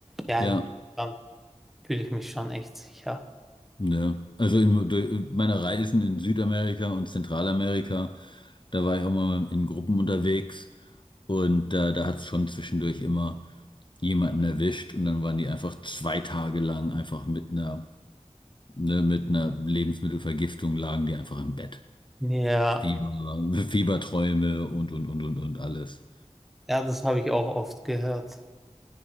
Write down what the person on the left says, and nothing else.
ja.
Ja, also in durch meiner Reisen in Südamerika und Zentralamerika, da war ich auch mal in Gruppen unterwegs und da, da hat es schon zwischendurch immer jemanden erwischt und dann waren die einfach zwei Tage lang einfach mit einer, ne, mit einer Lebensmittelvergiftung lagen die einfach im Bett.
Fieber, Fieberträume und, und, und, und, und alles.